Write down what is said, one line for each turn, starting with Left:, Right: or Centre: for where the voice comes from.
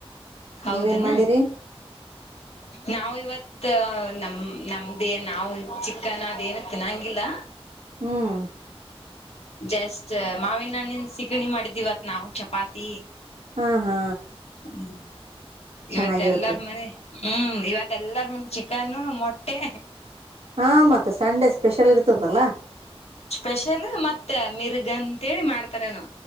Left: ಹೌದನ
Right: ನೀವೇನ್ ಮಾಡಿರಿ
Left: ನಾಾವ ಇವತ್ ಮತ್ತ ನಮ ನಮ್ದೇ ನಾವು ಚಿಕ್ಕನ್ ಅದೇನು ತಿನ್ನಂಗಿಲ್ಲ
Right: ಹ್ಮ್
Left: ಜಸ್ಟ್ ಮಾವಿನನನ್ ಸಿಗಣಿ ಮಾಡಿದಿವವತ್ ನಾವ್ ಚಪಾತಿ
Right: ಹಾ ಹಾ
Left: ಹ್ಞೂ
Right: ಚೆನ್ನಾಗಿರ್ತದ
Left: ಇವತ್ತ ಎಲ್ಲಾರ ಮನ ಹ್ಮ್ ಇವತ್ತ ಎಲ್ಲಾರ ಮನ್ ಚಿಕನ್ ಮೊಟ್ಟೆ
Right: ಹಾ ಮತ್ತೆ ಸಂಡೆ ಸ್ಪೆಷಲ್ ಇರ್ತದಲ್ಲಾ
Left: ಸ್ಪೆಷಲ್ ಮತ್ತೆ ಮಿರ್ಗ ಅಂತೇಳಿ ಮಾಡ್ತಾರೆ ನಾ